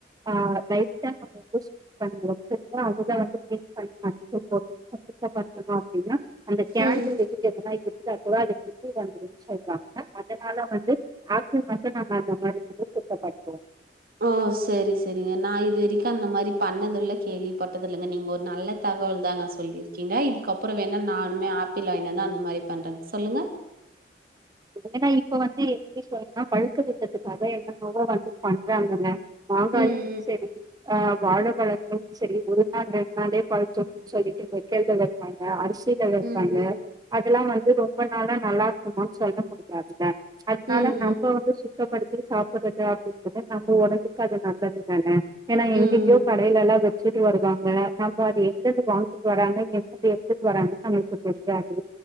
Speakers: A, on the right; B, on the right.
A: ஆ லைட்டா <inaudible> அதுதா வந்து <inaudible> சுத்தபடுத்தணு அப்டின்னா அந்த கேண்டுல
B: ம்
A: இது ஏத்தனா இருகுதா <inaudible> ம்ச்சி உடுவாங்க அதனால வந்து ஆட்டு மட்டும் நானு அந்த மாரி வந்து சுத்தப்படுத்துவோ
B: ஓ செரி செரிங்க நா இது வரைக்கும் அந்த மாரி பண்ணதில்ல கேள்விபட்டதும் இல்லங்க நீங்க ஒரு நல்ல தகவல் தாங்க சொல்லி இருக்கீங்க இதுக்கப்பறம் வேணா நானுமே ஆப்பிள் வாங்கிட்டு வந்தா அந்த மாரி பண்றேங் சொல்லுங்க
A: ஏனா இப்ப வந்து எப்டி சொல்றனா பழுக்க வக்கத்துக்காக என்ன என்னமோ வந்து பண்றாங்கங்க மாங்காயிம்
B: ம்
A: செரி ஆ வாழபழத்திலியு செரி ஒரு நாள் ரெண்டு நாளே பழுத்துரு சொல்லிட்டு வக்கல்ல வப்பாங்க அரிசி ல வப்பாங்க
B: ம் ம்
A: அதெல்லா வந்து ரொம்ப நாளா நல்லா இருக்குமான் சொல்ல முடியாதுல்ல அதனால
B: ம் ம்
A: நம்ப வந்து சுத் தபடுத்தி சாப்பறது அப்டின்றது நம்ம ஒடம்புக்கு அது நல்லது தான ஏனா
B: ம்
A: எங்கங்கயோ கடையிலலா
B: ம்
A: வச்சிட்டு வருவாங்க நம்ப அது எங்க இருந்து வாங்கிட்டு வறாங்க எங்க இருந்து எடுத்துட்டு வராங்க நமக்கு தெரியாது